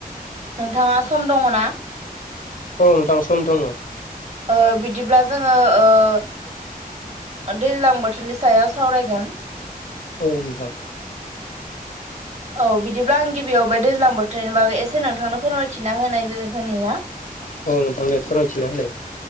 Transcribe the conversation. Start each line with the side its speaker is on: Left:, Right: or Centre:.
Right: नोंथाङा सम दङ ना?
Left: औ नोंथां सम दङ।
Right: ओ बिदिब्ला जोङो ओ दैज्लां बोथोरनि सायाव सावरायगोन।
Left: औ नोंथां।
Right: <inaudible> औ बिदिब्ला आं गिबियाव बे दैज्लां बोथोरनि बागै एसे नोंथांनो फोरमायथिना होनाय होनि ना? <inaudible>
Left: औ नोंथां दे फोरमायथिनानै